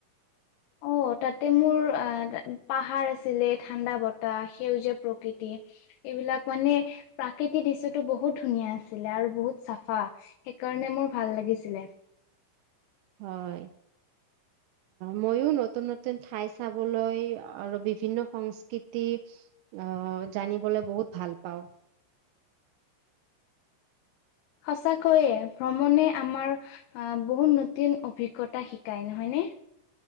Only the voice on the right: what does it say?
হয়। মইও নতুন নতুন ঠাই চাবলৈ আৰু বিভিন্ন সংস্কৃতি অ' জানিবলে বহুত ভাল পাওঁ।